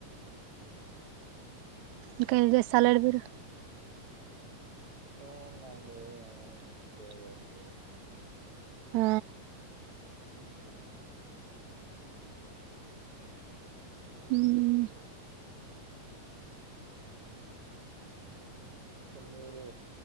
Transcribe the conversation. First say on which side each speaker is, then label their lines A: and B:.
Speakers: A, on the right (about 85°); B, on the right (about 55°).
A: ఇక ఏం జెస్తలెడ్ మీరు
B: ఏముంది అండి ఏం లేదు అండి
A: ఆ
B: ఏం లే
A: ఉమ్
B: ఆ మీరు